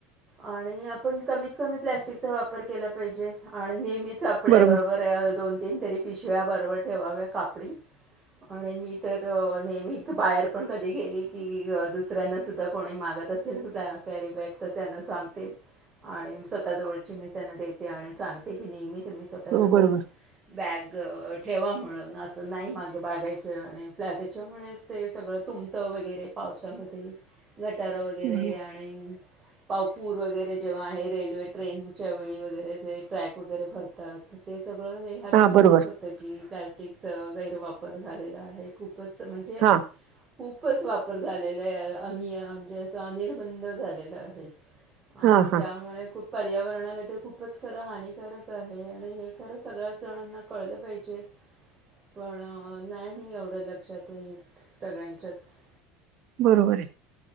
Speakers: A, on the right (about 20°); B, on the right (about 50°).
A: आणि आपण कमीत कमी प्लॅस्टिकचा वापर केला पाहिजे आणि नेहमीच आपल्याबरोबर
B: बरोबर
A: दोन तीन तरी पिशव्या बरोबर ठेवाव्या कापडी आणि मी तर नेहमी बाहेर पण कधी गेली की दुसऱ्यांना सुुद्धा कोणी मागत असलेल की कॅरी बॅग तर त्यांना सांगते आणि स्वतःजवळची मी त्यांना देते आणि सांगते की नेहमी तुम्ही स्वतः
B: हो
A: जवळ
B: बरोबर
A: बॅग ठेवा म्हणून असं नाही मागायचं आणि फ्लॅ त्याच्यामुळेच ते सगळं तुमतं वगैरे पावसामध्ये गटार वगैरे
B: बरोबर
A: आणि पावपूर वगैरे जेव्हा आहे रेल्वे ट्रेनच्या वेळी वगैरे जे ट्रॅक वगैरे भरतात तेच सगळं हे ह्याच्यामुळेच
B: हा बरोबर
A: होतं की प्लास्टिक तेच गैरवापर झालेला आहे खूप पंच म्हणजे
B: हा
A: खूपच वापर झालेला आहे अनि म्हणजे अस अनिर्बंध झालेलं आहे
B: हा
A: आणि
B: हा
A: त्यामुळे खूप पर्यावरणाला तर खूपच खरं हानिकारक आहे हे आणि हे खरं सगळ्याच जणांना कळलं पाहिजे पण नाही एवढं लक्षात येत सगळ्यांच्याच
B: बरोबर आहे